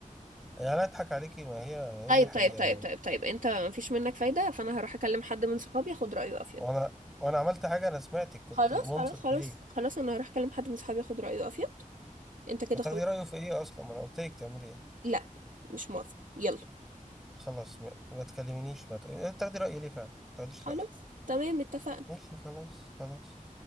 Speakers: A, in the centre; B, on the right.
A: يا لا اضحك عليكي ما هي ما هي
B: طيب
A: دي الحقيقة
B: طيب طيب
A: مني
B: طيب طيب انت مفيش منك فايدة فانا هروح اكلم حد من صحابي اخد رأيه افيد
A: وانا وانا عملت حاجة انا سمعتك كنت
B: خلاص
A: منصت
B: خلاص خلاص
A: جيد
B: خلاص انا هروح اكلم حد من صحابي اخد رأيه افيد انت كده
A: وتاخدي
B: خلاص
A: رأيه في ايه اصلا ما انا قلت لك تعملي ايه
B: لا مش موافقة يلا
A: خلاص ما ما تكلمنيش ما تقولي تاخدي رأيي ليه فعلا ما تاخديش
B: خلاص
A: رأيي
B: تمام اتفقنا
A: ماشي خلاص خلاص